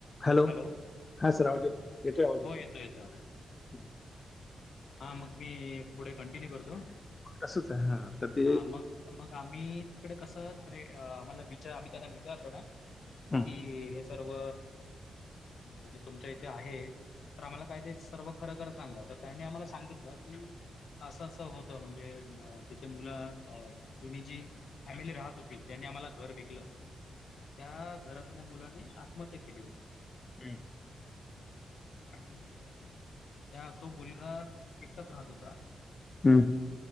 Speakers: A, on the left (about 35°); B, on the left (about 70°).
A: हॅल-हा
B: हॅलो
A: सर आवाज येतोय येतोय, आवाज
B: हो येतो येतो
A: <unintelligible>
B: हा मी पुढे कंटिन्यू करतो,
A: तसंच आहे हा तर ते
B: हा मग आम्ही तिकडे कसं तिकडे आम्हाला विचार आम्ही त्यांना विचारलो ना
A: हं,
B: की हे. सर्व. म्हणजे तुमच्या इथे आहे तर आम्हाला काय ते सर्व खरखर सांगा तर त्यांनी आम्हाला. सांगितलं की असं असं होत म्हणजे तिथ मुलं जुनी जी फॅमिली राहत होती त्यानी आम्हाला घर विकलं. त्या घरातल्या मुलाने आत्महत्या केली होती.
A: हम्म
B: आणि त्या तो मुलगा. तिथेच राहत होता.
A: हम